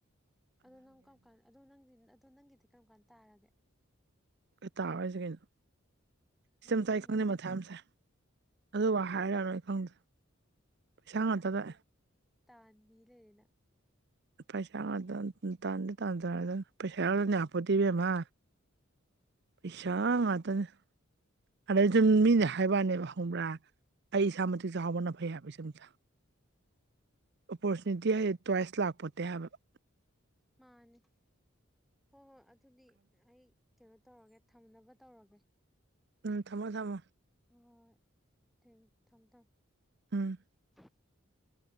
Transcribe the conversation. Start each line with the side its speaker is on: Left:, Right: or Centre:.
Centre: ꯑꯗꯨꯗ ꯅꯪ ꯀꯥꯎ ꯀꯥ ꯑꯗꯨ ꯅꯪ ꯑꯗꯨꯗꯣ ꯅꯪꯒꯤꯗꯤ ꯀꯔꯝ ꯀꯥꯟ ꯇꯥꯔꯒꯦ
Right: ꯀꯩ ꯇꯥꯕ ꯍꯥꯏꯁꯦ ꯀꯩꯅꯣ ꯏꯆꯝ
Centre: ꯅꯪꯒꯤ
Right: ꯆꯥꯏ ꯈꯪꯗꯦ
Centre: ꯆꯠ
Right: ꯃꯊꯥꯝꯁꯦ ꯑꯗꯨꯕꯨ ꯍꯥꯏꯔ ꯅꯣꯏ ꯍꯪꯗ ꯁꯥꯡ ꯇꯗ
Centre: ꯇꯥꯥꯟꯕꯤ ꯂꯩꯅ
Right: ꯄꯩꯁꯥꯗ ꯇꯥꯟꯗꯤ ꯇꯥꯟ ꯇ ꯄꯩꯁꯥꯗꯅꯤ ꯍꯥꯄꯠꯇꯤꯕꯦꯝꯃ ꯄꯩꯁꯥ ꯉꯥꯛꯇꯅꯦ ꯑꯗꯩ ꯁꯨꯝ ꯃꯤꯅꯦ ꯍꯥꯏꯕꯅꯦꯕ ꯍꯪꯕ꯭ꯔꯥ ꯑꯩ ꯏꯁꯥ ꯃꯇꯤꯛ ꯆ ꯆꯥꯎꯕꯅ ꯐꯩ ꯍꯥꯏꯕ ꯁꯝꯁ ꯑꯣꯄꯣꯔꯆꯨꯅꯤꯇꯤ ꯍꯥꯏ ꯇꯣꯏꯁ ꯂꯥꯛꯄꯣꯠꯇꯦ ꯍꯥꯏꯕꯕ
Centre: ꯃꯥꯅꯦ ꯍꯣꯏ ꯍꯣꯏ ꯑꯗꯨꯗꯤ ꯑꯩ ꯀꯩꯅꯣ ꯇꯧꯔꯒꯦ ꯊꯝꯅꯕ ꯇꯧꯔꯒꯦ
Right: ꯎꯝ ꯊꯝꯃꯣ ꯊꯝꯃꯣ
Centre: ꯍ ꯊ ꯊꯪꯗ
Right: ꯎꯝ
Centre: <inaudible>